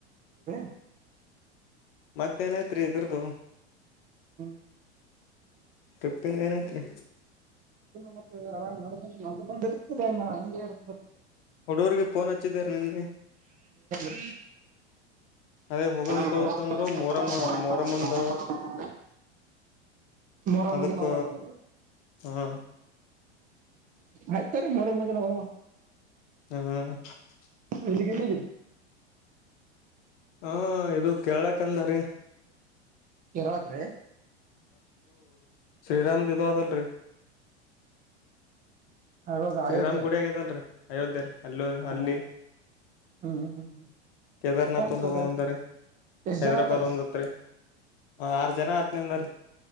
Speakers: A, on the right; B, on the left.
A: ಹ
B: ಮತ್ತೇನೈತ್ರಿ ಇದ್ರದು
A: ಹ್ಮ
B: ಟ್ರಿಪ್ಪಿನ್ದ್ ಏನಾಯ್ತ್ರಿ
A: ಮತ್ತೆ ಆರಾಮ್ ಬಂದ ಇರ್
B: ಹುಡುಗರ್ರಿಗೆ ಫೋನ್ ಹಚ್ಚಿದಾರ ನಿನ್ನೆ
A: <unintelligible>
B: ಅದೇ ಹೋಗಮ್
A: <unintelligible>
B: ತೋತಂದ್ರು ಮೊರಮ್ಮ ಮೊರಮ್ಮಂದ
A: <unintelligible> ನೂರಮ್ಮ
B: ಅದಕ್ಕ
A: ಜನ ಹೋಗ ಬಂದಾರೆ
B: ಹಾ
A: ಆಯ್ತರಿ ಮರ ಮಜೆನ ಒಗಮ
B: ಹ್ಮ
A: ಎಲ್ಲಿಗೆಲ್ಲಿಗೆ
B: ಹಾ ಇದು ಕೇಳಕ್ಂದಾರಿ
A: ಕರಳಕ್ ರೆ
B: ಶ್ರೀರಾಮ ದಿವಾದಲ್ರಿ
A: ಹೌದ
B: ಶ್ರೀರಾಮ್
A: ಅಯೋಧ್ಯೆ
B: ಗುಡ ಆಗದಲ್ರಿ ಅಯೋಧ್ಯೆ ರೀ ಅಲ್ಲೋ
A: ಹಾ
B: ಅಲ್ಲಿ
A: ಹ್ಮ್ ಹ್ಮ್ ಹ್ಮ್
B: ಕೇದಾರ್ನಾಥ್
A: ಹ್ಮ್
B: ಒಂದ್
A: ಸರ್
B: ಹೋಗಂಬಂದಾರ
A: ಆಯ್ತು ಎಷ್ಟ್
B: ಹೈದ್ರಾಬಾದ್
A: ಜನ ಆತಾರ
B: ಒಂದ್ತ್ರಿ ಆರ್ ಜನ ನಂದರಿ